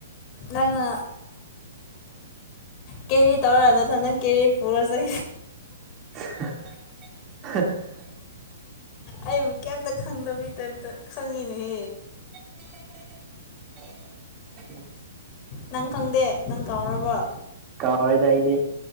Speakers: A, on the left; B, on the right.
A: ꯅꯪꯅ ꯀꯦꯔꯤ ꯇꯧꯔ ꯅꯊꯟꯗ ꯀꯦꯔꯤ ꯄꯨꯔ ꯆꯠ
B: <unintelligible>
A: ꯑꯩꯕꯨ ꯀꯩꯝꯇ ꯈꯪꯗꯕꯩ ꯇꯥꯏꯞꯇ ꯈꯪꯉꯤꯅꯦ
B: <inaudible>
A: ꯅꯪ ꯈꯪꯗꯦ ꯅꯪ ꯀꯥꯎꯔꯕꯣ
B: ꯀꯥꯎꯔꯦꯗ ꯑꯩꯗꯤ